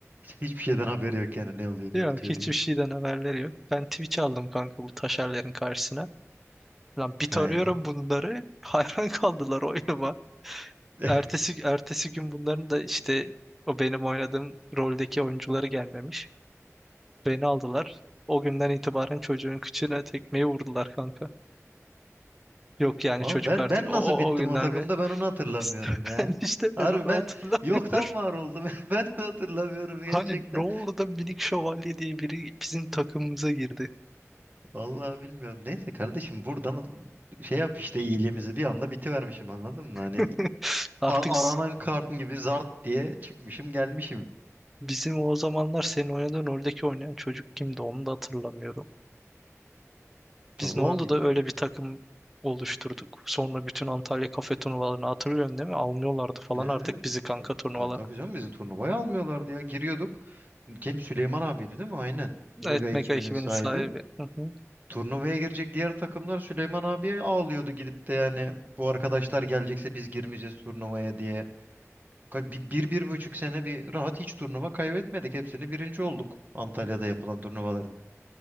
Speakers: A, on the right; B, in the centre.
A: Hiçbir şeyden haberi yok yani ne oluyor
B: Yok
A: ne bitiyor
B: hiçbir
A: diye.
B: şeyden haberleri yok. Ben Twitch aldım kanka bu taşerlerin karşısına. Lan bit
A: Aynen.
B: arıyorum bunları. <laughs> Hayran kaldılar oyunuma.
A: <laughs>
B: Ertesi, ertesi gün bunların da işte o benim oynadığım roldeki oyuncuları gelmemiş. Beni aldılar. O günden itibaren çocuğun kıçına tekmeyi vurdular kanka. Yok yani
A: Ama
B: çocuk
A: ben
B: artık
A: ben
B: o, o,
A: nasıl bittim
B: o günden
A: o takımda
B: ve
A: ben onu hatırlamıyorum
B: <laughs>
A: ya.
B: ben işte
A: Harbi
B: ben onu
A: ben
B: hatırlamıyorum.
A: yoktan var oldum. <laughs> Ben de hatırlamıyorum
B: Hani
A: gerçekten.
B: ne oldu da minik şövalye diye biri bizim takımımıza girdi.
A: Vallahi bilmiyorum. Neyse kardeşim buradan şey yap işte iyiliğimizi bir anda bitivermişim anladın mı? Hani
B: <laughs> Artık
A: a- aranan kart gibi zart diye çıkmışım gelmişim.
B: Bizim o zamanlar senin oynadığın oradaki oynayan çocuk kimdi onu da hatırlamıyorum. Biz
A: Vallahi
B: ne oldu
A: bilmiyorum.
B: da öyle bir takım oluşturduk. Sonra bütün Antalya kafe turnuvalarını hatırlıyorsun değil mi? Almıyorlardı falan
A: Evet,
B: artık
A: evet.
B: bizi kanka turnuvalara.
A: Aa, tabii canım bizi turnuvaya almıyorlardı ya. Giriyorduk. Kim Süleyman abiydi değil mi? Aynen. Mega
B: Evet
A: ekibinin
B: Mega ekibinin
A: sahibi.
B: sahibi. Hı hı.
A: Turnuvaya girecek diğer takımlar Süleyman abiye ağlıyordu gidip de yani bu arkadaşlar gelecekse biz girmeyeceğiz turnuvaya diye. Ka- Bir, bir, bir buçuk sene bir rahat hiç turnuva kaybetmedik. Hepsini birinci olduk Antalya'da yapılan turnuvaları.